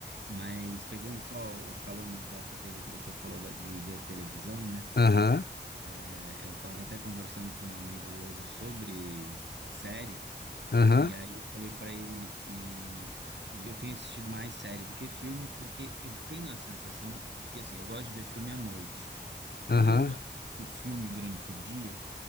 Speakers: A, on the right; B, on the left.
A: Mas pegando só, falando dessa coisa que você falou da- de ver televisão, né?
B: aham,
A: É, eu estava até conversando com um amigo hoje sobre série.
B: aham,
A: E aí eu falei pra ele que eu tenho assistido mais série do que filme, porque eu tenho a sensação de que assim, eu gosto de ver filme à noite.
B: aham.
A: Quando eu vou- assisto filme durante o dia,